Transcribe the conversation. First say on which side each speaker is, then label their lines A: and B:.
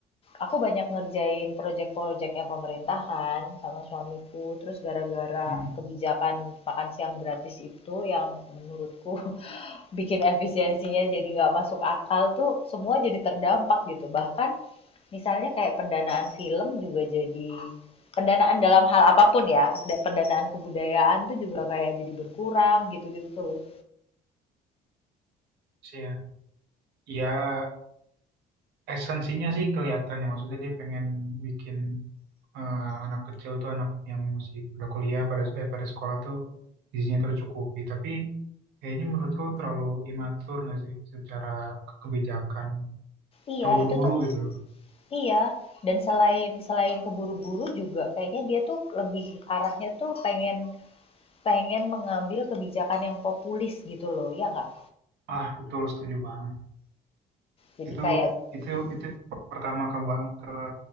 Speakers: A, on the left (about 35°); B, on the right (about 75°).
A: aku banyak ngerjain proyek-proyeknya pemerintah kan sama suamiku. Terus gara-gara
B: Hmm.
A: kebijakan makan siang gratis itu yang menurutku <laughs> bikin efisiensinya jadi nggak masuk akal tuh semua jadi terdampak gitu. Bahkan misalnya kayak pendanaan film juga jadi pendanaan dalam hal apapun ya, pendanaan kebudayaan tuh juga kayak jadi berkurang gitu-gitu tuh loh.
B: Sih ya. Ya, esensinya sih kelihatan ya maksudnya dia pengen bikin eh, anak kecil tuh anak yang masih pada kuliah pada eh, pada sekolah tuh gizinya tercukupi tapi kayaknya menurutku terlalu imatur nggak sih secara ke- kebijakan
A: Iya,
B: terburu-buru
A: itu tuh
B: gitu loh.
A: iya. Dan selain selain keburu-buru juga kayaknya dia tuh lebih arahnya tuh pengen pengen mengambil kebijakan yang populis gitu loh, ya nggak?
B: Ah, betul setuju banget.
A: Jadi
B: itu
A: kayak
B: itu
A: mm
B: itu pertama ke ke